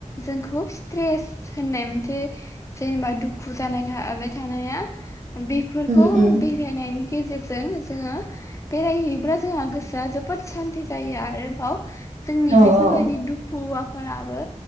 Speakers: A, on the left (about 25°); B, on the right (about 70°).
A: जोंखौ स्ट्रेस होननाय मोनसे जेनेबा दुखु जानाय थाबाय थानाया बेफोरखौ
B: उम उम
A: बेरायनायनि गेजेरजों जोङो बेरायहैयोब्ला जोंहा गोसोआ जोबोद सान्थि जायो आरोबाव जोंनि
B: औ
A: बेफोरबायदि
B: औ
A: दुखुआव फोराबो